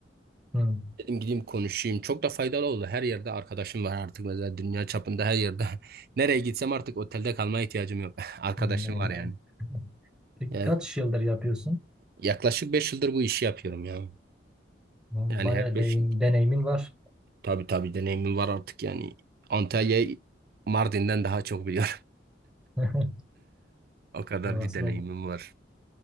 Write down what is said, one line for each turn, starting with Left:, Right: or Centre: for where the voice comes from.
Centre: hı,
Right: Dedim gideyim konuşayım. Çok da faydalı oldu. Her yerde arkadaşım var artık. Mesela dünya çapında her yerde. <laughs> Nereye gitsem artık otelde kalmaya ihtiyacım yok. <laughs> Arkadaşım
Centre: hı, eylem.
Right: var yani.
Centre: <laughs> Peki
Right: Yani
Centre: kaç yıldır yapıyorsun?
Right: yaklaşık 5 yıldır bu işi yapıyorum ya.
Centre: Tamam,
Right: Yani
Centre: Bayağı
Right: her 5
Centre: deyim, deneyimin var.
Right: tabii tabii deneyimim var artık yani. Antalya'yı Mardin'den daha çok biliyorum.
Centre: <laughs>
Right: O kadar
Centre: Orası
Right: bir deneyimim
Centre: da,
Right: var.